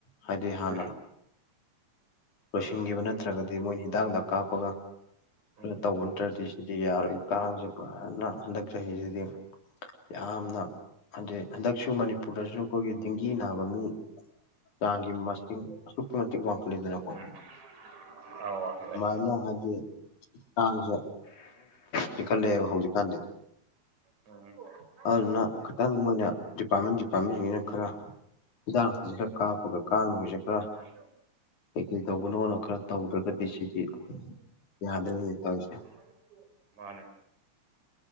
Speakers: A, on the left; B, on the right.
A: ꯍꯥꯏꯗꯤ ꯍꯥꯟꯅ
B: ꯎꯝ
A: ꯂꯣꯏꯁꯤꯟꯈꯤꯕ ꯅꯠꯇ꯭ꯔꯒꯗꯤ ꯃꯣꯏꯅ ꯍꯤꯗꯡꯗ ꯀꯥꯞꯄꯒ ꯈ
B: ꯎꯝ
A: ꯇꯧꯕ ꯅꯠꯇ꯭ꯔꯒꯗꯤ ꯁꯤꯗꯤ ꯌꯥꯔꯣꯏꯏ ꯀꯥꯡꯁꯦ ꯄꯨꯖꯅ ꯍꯟꯗꯛ ꯆꯍꯤꯁꯤꯗꯤ ꯌꯥꯝꯅ ꯑꯗꯩ ꯍꯟꯗꯛꯁꯨ ꯃꯅꯤꯄꯨꯔꯗꯁꯨ ꯑꯩꯈꯣꯏꯒꯤ ꯗꯦꯡꯒꯤ ꯅꯥꯕ ꯃꯤ ꯆꯥꯡꯒꯤ ꯃꯁꯤꯡ ꯋꯥꯥꯛꯂꯗꯅꯀꯣ
B: ꯑ ꯐꯔꯦ
A: ꯑꯗꯨꯅ ꯍꯥꯏꯗꯤ ꯆꯥꯡꯁꯦ ꯄꯤꯈꯠꯂꯛꯑꯦꯕ ꯍꯧꯖꯤꯛꯀꯥꯟꯗꯤ
B: ꯎꯝ
A: ꯑꯗꯨꯅ ꯈꯤꯇꯪ ꯃꯣꯏꯅ ꯗꯤꯄꯥꯔꯠꯃꯦꯟ ꯗꯤꯄꯥꯔꯠꯃꯦꯟꯁꯤꯡꯁꯤꯅ ꯈꯔ ꯍꯤꯗꯡꯁꯤꯡ ꯈꯔ ꯀꯥꯞꯄ ꯑꯗꯨꯒ ꯀꯥꯡꯉꯤꯁꯦ ꯈꯔ
B: ꯣ
A: ꯀꯩꯗꯧꯧꯕꯅꯣꯅ ꯈꯔ ꯇꯧꯗ꯭ꯔꯒꯗꯤ ꯁꯤꯗꯤ ꯌꯥꯗ꯭ꯔꯦꯅꯦ ꯇꯧꯔꯤꯁꯦ
B: ꯍꯣ ꯃꯥꯅꯦ